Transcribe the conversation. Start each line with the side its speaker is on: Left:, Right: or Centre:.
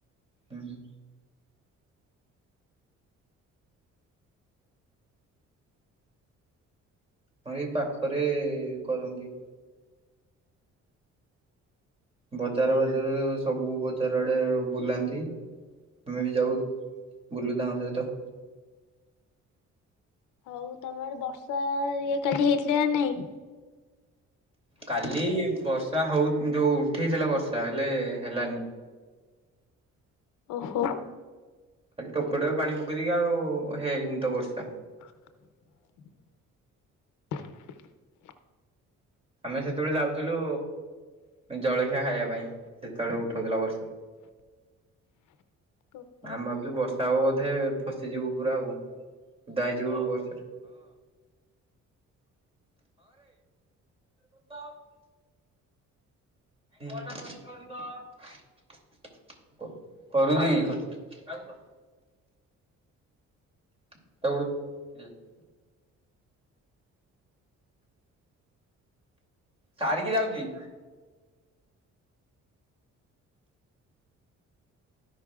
Right: ହୁଁ। ହଁ ଏଇ ପାଖରେ କରନ୍ତି। ବଜାର ବାଜାର ସବୁ ବଜାର ଆଡେ ବୁଲାନ୍ତି। ଆମେ ବି ଯାଉ ବୁଲୁ ତାଙ୍କ ସହିତ।
Left: ହଉ ତମ ଆଡ଼େ ବର୍ଷା ହେରିକା କାଲି ହେଇଥିଲା ନା ନାଇଁ?
Right: କାଲି ବର୍ଷା ହଉ ଯୋଉ ଉଠେଇଥିଲା ବର୍ଷା ହେଲେ ହେଲାନି।
Left: ଓହୋ।
Right: ଖାଲି ଟୋପେଟୋପେ ପାଣି ପକେଇଦେଇକି ଆଉ ହେଇନି ତ ବର୍ଷା।
Left: <inaudible>
Right: ଆମେ ସେତେବେଳେ ଯାଉଥିଲୁ ଜଳଖିଆ ଖାଇବା ପାଇଁ ସେତେବେଳେ ଉଠଉଥିଲା ବର୍ଷା।
Left: ଓହୋ
Right: ଆମେ ଭାବୁଥିଲୁ ବର୍ଷା ହବ ବୋଧେ ଫସିଯିବୁ ପୁରା ଆଉ। ଉଦା ହେଇଯିବୁ ରେ। <inaudible> <inaudible> <inaudible> ସାରିକି ଯାଉଛି।